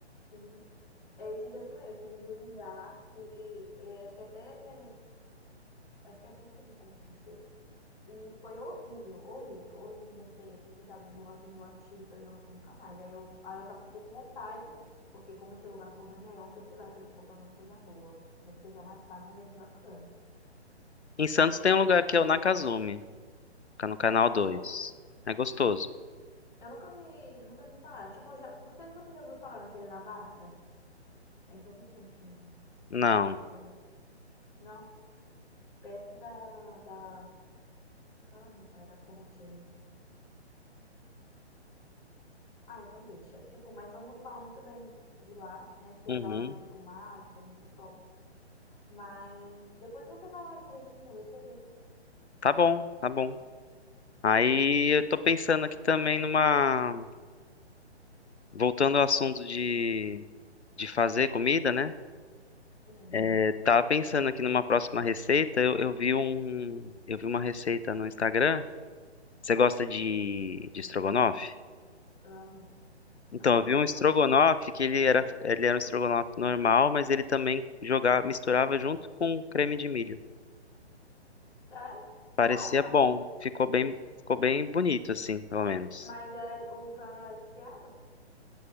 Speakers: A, on the left; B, on the left.
A: Sim. É, Esses dias também, eu pedi de um lugar e é, acho que até, acho que até em São Vicente, não sei. E foi horrível, horrível, horrível minha experiência, sabe? Negócio enjoativo, falei, não, fui nunca mais. Aí eu, aí eu tava, fiquei com vontade, porque como esse lugar foi ruim, aí ontem eu fui lá, falei, vou comprar uma coisa boa. Nem que seja mais caro, mas a gente vai pagar.
B: Em Santos tem um lugar que é o Nakazumi, fica no canal
A: Ah,
B: Dois. É gostoso.
A: eu nunca vi, eu nunca vi falar. Tipo, eu já, não sei se você já ouviu falar naquele na barca. É em São Vicente mesmo.
B: Não.
A: É. Não? perto da, da. Ai, meu pai, da ponte ali. Ah, então deixa. Tipo, mas todo mundo fala muito bem de lá, né? que Tem
B: Uhum.
A: aquela vista pro mar, tipo, é muito top. Mas depois você vai lá direitinho, você vê,
B: Tá bom, tá bom. Aí
A: tá?
B: eu tô pensando aqui também numa Voltando ao assunto de, de fazer comida, né?
A: Sim,
B: É, tava pensando aqui numa próxima receita. Eu, eu vi um, eu vi uma receita no Instagram. Você gosta de, de estrogonofe?
A: amo.
B: Então,
A: <laughs>
B: eu vi um estrogonofe
A: Bom,
B: que ele era, ele era um estrogonofe normal, mas ele também jogava, misturava junto com creme de milho.
A: tá?
B: Parecia
A: Ah, então.
B: bom, ficou bem, ficou bem bonito assim, pelo menos.
A: Mas era, o frango era desfiado?